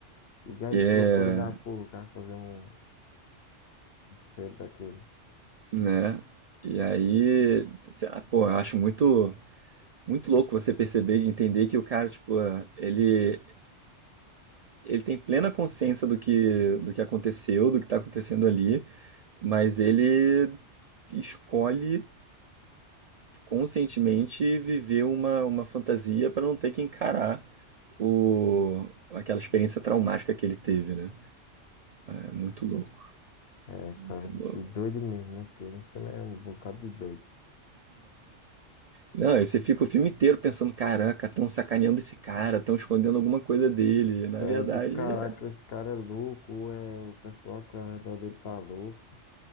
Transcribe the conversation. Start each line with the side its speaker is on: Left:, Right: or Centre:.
Left: E aí,
Right: É,
Left: que loucura da porra, o cara fazer um roteiro daquele.
Right: né? E aí, sei lá, pô, eu acho muito muito louco você perceber e entender que o cara, tipo, ah, ele ele tem plena consciência do que do que aconteceu, do que tá acontecendo ali, mas ele escolhe conscientemente viver uma, uma fantasia para não ter que encarar o, aquela experiência traumática que ele teve, né? É muito louco,
Left: É, história
Right: muito louco.
Left: de doido mesmo, né? Porque no filme é um bocado de doido.
Right: Não, aí você fica o filme inteiro pensando, caraca, estão sacaneando esse cara, estão escondendo alguma coisa dele. E, Na
Left: É
Right: verdade,
Left: tipo, caraca,
Right: é.
Left: esse cara é louco, ou é o pessoal que ao redor dele tá louco,